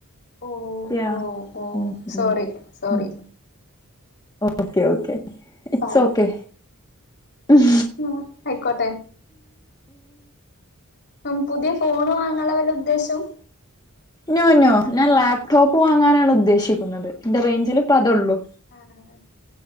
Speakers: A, on the left; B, on the left.
A: ഓ
B: യാ
A: ഓ ഓ
B: ഉം
A: സോറി
B: ഉം
A: സോറി
B: ഉം ഓക്കേ ഓക്കേ എസ്
A: പാവം
B: ഓക്കേ ഉം
A: ഉം ആയിക്കോട്ടെ ഉം പുതിയ ഫോണ് വാങ്ങാള്ള വല്ല ഉദ്ദേശവും
B: നോ നോ ഞാൻ ലാപ്ടോപ്പ് വാങ്ങാനാണുദ്ദേശിക്കുന്നത് ഇന്റ റെയ്ഞ്ചിലിപ്പ അതൊള്ളൂ
A: ആഹ്